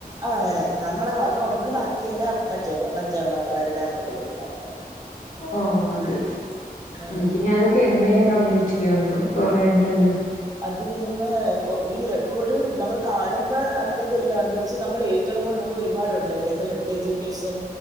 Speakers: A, on the right (about 25°); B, on the left (about 50°).
A: ആഹ് അങ്ങനെ തന്നെ നമ്മള് മാത്രം ഒന്ന് ബാക്കിയെല്ലാം മറ്റുള്ള മറ്റുള്ളവരുടെ അങ്ങോട്ടും ഇങ്ങോട്ടും മാറ്റി മാറ്റി
B: ഓ അത്
A: ഉം
B: എനിക്കിനി അതൊക്കെ എന്നേ കംപ്ലീറ്റ്ക്ക് ചെയ് വെന്തോ കൊറേണ്ടല്ലോ
A: അത് പിന്നെ കൊ ഈ റെക്കോർഡ് നമ്മള് കാണുമ്പോ അതിൻ്റെ അകത്ത് എല്ലാം ഉണ്ട് പക്ഷെ നമ്മള് ഏഴ് ഴുതുമ്പോ നമുക്ക് ഒരുപാടുണ്ട് അതിനകത്തെ ഹെൽത്ത് എജൂക്കേഷൻ